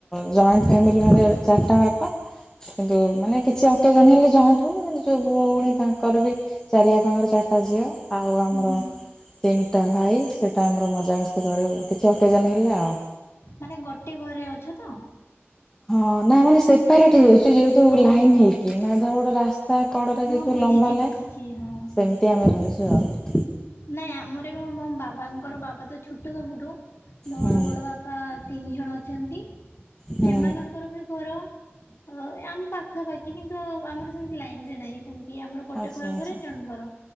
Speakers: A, on the left (about 15°); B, on the left (about 75°).
A: ଜଏଣ୍ଟ ଫ୍ୟାମିଲି ମାନେ ଚାରିଟା ବାପା କିନ୍ତୁ ମାନେ କିଛି ଅକେଜନ ହେଲେ ଯହାଠୁ କୁ ଯୋଉ ଭୁଅ ଭଉଣୀ ତାଙ୍କର ବି ଚାରିଆପାଙ୍କର ଚା ଟା ଝିଅ ଆଉ ଆମର
B: ହୁଁ
A: ତିନିଟା ଭାଇ। ସେଇ ଟାଇମ୍ ରେ ମଜାମସ୍ତି କରୁ କିଛି ଅକେଜନ ହେଲେ ଆଉ
B: ମାନେ ଗୋଟେ ଘରେ ଅଛ ତ?
A: ହଁ ନା ମାନେ ସେପାରେଟ ହେଇଯାଇଛୁ ଯେହେତୁ
B: ଓ
A: ଲାଇନ୍ ହେଇକି ନା ଧ ଗୋଟେ ରାସ୍ତା। ତା କଡରେ
B: ହଁ
A: ଦେଖିବୁ
B: ବୁଝିଛି
A: ଲମ୍ବା ଲାଇନ
B: ବୁଝିଛି ହଁ।
A: ସେମିତି ଆମେ ରହିଛୁ ଆଉ।
B: ନାଇଁ ଆମର ବି ବାବାଙ୍କର ବାବା ତ ଛୋଟ ସବୁଠୁ ମୋର
A: ହୁଁ
B: ବଡ ବାପା ତିନି ଜଣ ଅଛନ୍ତି।
A: ହୁଁ
B: ସେମାନଙ୍କର ବି ଘର ଆ ଆମ ପାଖାପାଖି କିନ୍ତୁ ଆମର ସେମତି ଲାଇନରେ ନାହିଁ। ସିଏ ଆମର ଗୋଟେ
A: ଆଚ୍ଛା
B: ଘର
A: ଆଚ୍ଛା।
B: ପରେ ଜଣଙ୍କର